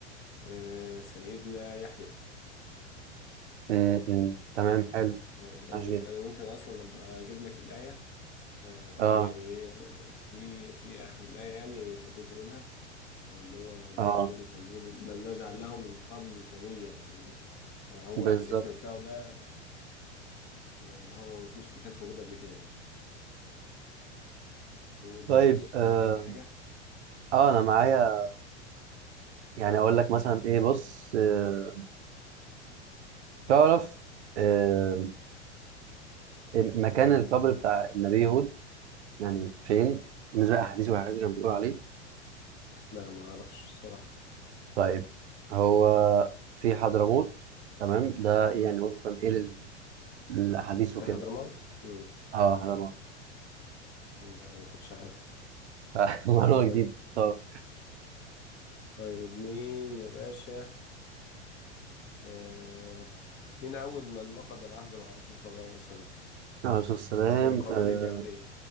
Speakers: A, on the left; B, on the right.
A: آه، سيدنا يحيى
B: مم. مم. تمام حلو
A: آه، يعني
B: عاش جدا
A: أنا ممكن أصلا أبقى أجيب لك الآية آه، كان
B: اه
A: يعني آه، في في آخر الآية يعني جزء منها آه، اللي هو ربنا
B: اه
A: عز وجل كان بيقول لم نجعل له من قبل سمية يعني هو
B: بالظبط
A: الاسم بتاعه ده آه، هو ما فيش ما كانش موجود قبل كده يعني قول
B: طيب
A: يا باشا
B: اه,
A: معاك أنت حاجة؟
B: آه أنا معايا يعني أقول لك مثلا ايه بص آه... تعرف آه، مكان القبر بتاع النبي هود يعني فين بالنسبة للأحاديث والحاجات اللي كانوا بيقولوا عليه
A: لا ما أعرفش الصراحة
B: طيب هو في حضرموت تمام ده يعني
A: مم.
B: وفقا إيه لل- للأحاديث
A: في
B: وكده
A: حضرموت؟ مم.
B: اه حضرموت
A: لا ما كنتش عارف
B: ف- <laughs> معلومة
A: طيب
B: جديدة طب
A: طيب مين يا باشا آه مين أول من نقض العهد مع الرسول صلى الله عليه وسلم
B: الرسول صلى الله عليه
A: من القبائل
B: وسلم آه،
A: اليهودية